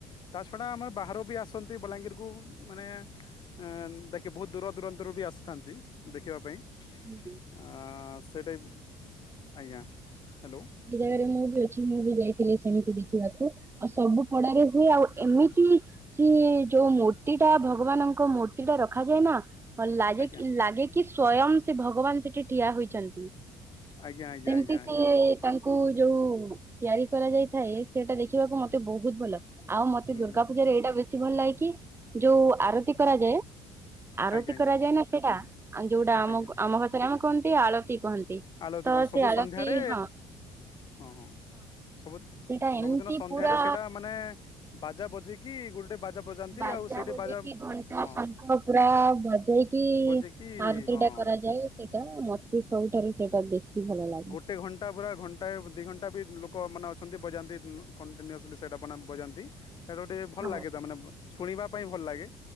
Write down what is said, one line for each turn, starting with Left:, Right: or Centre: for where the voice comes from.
Left: ତା ଛଡା ଆମର ବାହାର ବି ଆସନ୍ତି, ବଲାଙ୍ଗୀରକୁୁ ମାନେ ଆ ଦେଖି ବହୁତ ଦୂର ଦୂରାନ୍ତରୁ ବି ଆସିଥାନ୍ତି, ଦେଖିବା ପାଇଁ।
Right: <inaudible>
Left: ଆ ସେଇଟା ଆଜ୍ଞା। ହ୍ୟାଲୋ?
Right: ସେଇ ଜାଗାରେ ମୁଁ ବି ଅଛି, ମୁଁ ବି ଯାଇଥିଲି, ସେମିତି ଦେଖିବାକୁ ଆଉ ସବୁ ଖଡାରେ ହୁଏ। ଆଉ ଏମିତି କି ଯୋଉ ମୂର୍ତ୍ତି ଟା ଭଗବାନଙ୍କ ମୂର୍ତ୍ତି ଟା ରଖାଯାଏ ନା। ହ ଲାଗେ
Left: ଆଜ୍ଞା।
Right: କି ଲାଗେ କି ସ୍ଵୟଂ ସେ ଭଗବାନ ସେଠି ଠିଆ ହୋଇଛନ୍ତି।
Left: ଆଜ୍ଞା, ଆଜ୍ଞା,
Right: ସେମିତି
Left: ଆଜ୍ଞା, ଆଜ୍ଞା।
Right: ସିଏ ତାଙ୍କୁ ଯୋଉ ତିଆରି କରାଯାଇଥାଏ। ସେଟା ଦେଖିବାକୁ ମତେ ବହୁତ ଭଲ ଆଉ ମତେ
Left: ହୁଁ
Right: ଦୁର୍ଗା
Left: ହୁଁ।
Right: ପୂଜାରେ ଏଇଟା ବେଶୀ ଭଲ ଲାଗେ କି ଯୋଉ ଆରତି କରାଯାଏ। ଆରତି
Left: ଆଜ୍ଞା ଆଜ୍ଞା।
Right: କରାଯାଏ ନା ସେଇଟା ଆ ଯୋଉଟା ଆମ
Left: ଆଜ୍ଞା
Right: ଆମ ଭାଷରେ ଆମେ କୁହନ୍ତି ଆଳତି କହନ୍ତି।
Left: ଆଳତି
Right: ତ
Left: କୁହନ୍ତି ସବୁ
Right: ସେ ଆଳତୀ
Left: ସନ୍ଧ୍ୟାରେ
Right: ହଁ।
Left: ହଁ ହଁ ସବୁ
Right: ସେଇଟା ଏମିତି
Left: ସବୁଦିନ ସନ୍ଧ୍ୟାରେ
Right: ପୁରା
Left: ସେଇଟା ମାନେ ବାଜା ବଜେଇକି ଗୋଟେ ବାଜା ବଜାନ୍ତି
Right: ବାଜା
Left: ଆଉ ସେଇଠି
Right: ବଜେଇକି ଘଣ୍ଟ
Left: ହଁ
Right: ଶଙ୍ଖ। ପୁରା ବଜେଇକି
Left: ବଜେଇକି
Right: ଆରତୀଟା
Left: ହଁ
Right: କରାଯାଏ। ସେଇଟା ମତେ ସବୁଠାରୁ ସେଇଟା ବେଶୀ ଭଲ ଲାଗେ।
Left: ଗୋଟେ ଘଣ୍ଟା ପୁରା ଘଣ୍ଟା ଦି ଘଣ୍ଟା ବି ଲୋକ ମାନେ ଅଛନ୍ତି, ବଜାନ୍ତି କଣ୍ଟିନ୍ୟୁସଲି ସେଇଟା ମାନେ ବଜାନ୍ତି। ସେଇଟା ଗୋଟେ ଭଲ
Right: ହଁ।
Left: ଲାଗେ। ତ ମାନେ ଶୁଣିବା ପାଇଁ ଭଲ ଲାଗେ।